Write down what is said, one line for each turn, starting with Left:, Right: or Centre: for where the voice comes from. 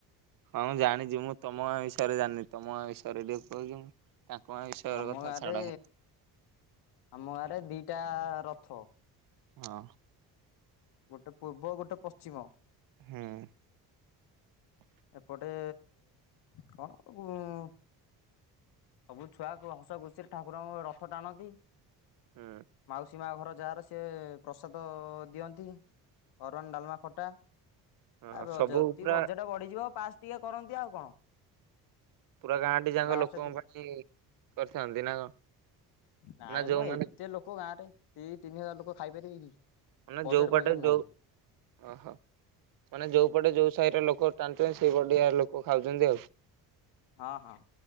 Right: ହଁ ମୁଁ ଜାଣିଛି ମୁଁ ତମଗାଁ ବିଷୟରେ ଜାଣିନି ତମ ଗାଁ ବିଷୟରେ ଟିକେ କହି ଦଉନ। ତାଙ୍କ ଗାଁ ବିଷୟରେ
Left: ଆମ
Right: କଥା
Left: ଗାଁରେ
Right: ଛାଡ।
Left: ଆମ ଗାଁରେ ଦିଟା ରଥ।
Right: ହଁ।
Left: ଗୋଟେ ପୂର୍ବ ଗୋଟେ ପଶ୍ଚିମ।
Right: ହୁଁ।
Left: ଏପଟେ କଣ? <unintelligible> ସବୁ ଛୁଆ ଯାକ ହସ ଖୁସିରେ ଠାକୁରଙ୍କ ରଥ ଟାଣନ୍ତି।
Right: ହୁଁ।
Left: ମାଉସୀ ମା ଘର ଯାହାର ସିଏ ପ୍ରସାଦ ଦିଅନ୍ତି। ଅରୁଆ, ଡାଲମା, ଖଟା
Right: ହଁ
Left: ଆଉ
Right: ସବୁ
Left: ଯଦି
Right: ପୁରା
Left: ବଜେଟ୍ ବଢିଯିବ ଆଉ ଯଦି ବଜେଟ ବଢ଼ିଯିବ ପାଶ। ଏତିକ କରନ୍ତି ଆଉ କଣ?
Right: ପୁରା ଗାଁଟି ଯାକ
Left: ଲାଷ୍ଟ
Right: ଲୋକଙ୍କ
Left: ଦି
Right: ବାକି କରିଥାନ୍ତି ନା କଣ?
Left: ନାଇଁ
Right: ନା ଯୋଉମାନେ
Left: ମଁ ଏତେ ଲୋକ ଗାଁ ରେ। ଦି ତିନି ହଜାର ଲୋକ ଖାଇପାରିବେ କି?
Right: ମାନେ
Left: ବଜେଟ
Right: ଯଉ
Left: ଫଜେଟ
Right: ପଟେ
Left: ନାହିଁ।
Right: ଯଉ। ଓହୋ, ମାନେ ଯେଉଁପଟେ ଯେଉଁ ସାହିର ଲୋକ ଟାଣୁଛନ୍ତି ସେଇପଟିକା ଲୋକ ଖାଉଛନ୍ତି ଆଉ।
Left: ହଁ ହଁ।